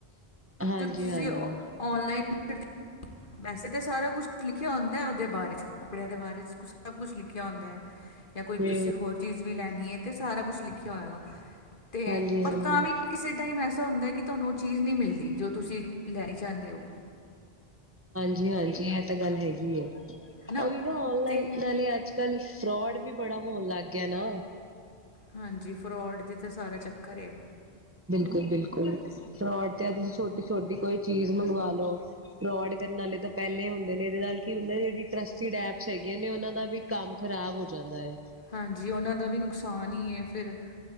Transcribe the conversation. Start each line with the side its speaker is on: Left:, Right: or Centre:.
Right: ਹਾਂਜੀ
Left: ਤੁਸੀਂ
Right: ਹਾਂਜੀ
Left: ਔਨਲਾਈਨ ਵੈਸੇ ਤਾਂ ਸਾਰਾ ਕੁਛ ਕੀ ਆਂਦਾ ਉਹਦੇ ਬਾਰੇ ਚ ਕੱਪੜਿਆਂ ਦੇ ਬਾਰੇ ਚ ਕੁ ਸਭ ਕੁਛ ਲਿਖਿਆ ਹੁੰਦਾ। ਜਾਂ ਕੋਈ
Right: ਤੇ
Left: ਤੁਸੀਂ ਹੋਰ ਚੀਜ਼ ਵੀ ਲੈਣੀ ਹੈ ਤਾਂ ਸਾਰਾ ਕੁਛ ਲਿਖਿਆ ਹੋਏਗਾ ਅਤੇ
Right: ਹਾਂਜੀ
Left: ਪਰ
Right: ਹਾਂਜੀ
Left: ਤਾਂ ਵੀ ਕਿਸੇ ਟਾਈਮ ਐਸਾ ਹੁੰਦਾ ਕਿ ਤੁਹਾਨੂੰ ਚੀਜ਼ ਨਹੀਂ ਮਿਲਦੀ ਜੋ ਤੁਸੀਂ ਲੈਣੀ ਚਾਂਹਦੇ ਹੋ।
Right: ਜੀ ਹਾਂਜੀ ਇਹ ਤਾਂ ਗੱਲ ਹੈਗੀ ਐ।
Left: ਹੈਨਾ
Right: ਔਰ ਇਹ ਨਾ ਔਨਲਾਈਨ
Left: ਤੇ
Right: ਨਾਲੇ ਅੱਜ- ਕੱਲ੍ਹ ਫਰੋਡ ਵੀ ਬੜਾ ਹੋਣ ਲੱਗ ਗਿਆ ਨਾ।
Left: ਹਾਂਜੀ। ਫਰੋਡ ਦੀ ਤੇ ਸਾਰਾ ਚੱਕਰ ਏ।
Right: ਬਿਲੁ ਬਿਲਕੁਲ ਫਰੋਡ ਤੇ ਤੁਸੀਂ ਛੋਟੀ ਛੋਟੀ ਕੋਈ ਚੀਜ਼ ਮੰਗਵਾ ਲੋ ਫਰੋਡ ਕਰਨ ਵਾਲੇ ਤਾਂ ਪਹਿਲੇ ਹੁੰਦੇ ਨੇ ਇਹਦੇ ਨਾਲ ਕੀ ਜਿਹੜ ਟਸਡ ਐਪਸ ਹੈਗੇੀਆਂ ਨੇ ਉਹਨਾਂ ਦਾ ਵੀ ਕੰਮ ਖਰਾਬ ਹੋ ਜਾਂਦਾ ਹੈ।
Left: ਹਾਂਜੀ ਉਹਨਾਂ ਦਾ ਵੀ ਨੁਕਸਾਨ ਹੀ ਹੈ ਫਿਰ